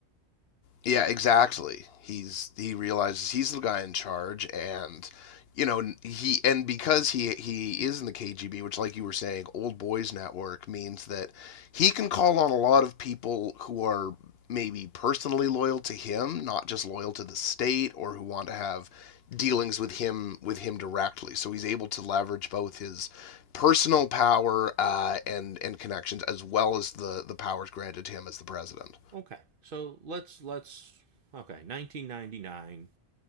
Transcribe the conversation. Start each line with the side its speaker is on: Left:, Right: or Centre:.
Left: Yeah, exactly. He's he realizes he's the guy in charge, and you know he and because he he is in the KGB, which, like you were saying, old boys network means that he can call on a lot of people who are maybe personally loyal to him, not just loyal to the state, or who want to have dealings with him with him directly. So he's able to leverage both his personal power uh, and and connections as well as the the powers granted to him as the president.
Right: Okay. So let's let's okay. 1999.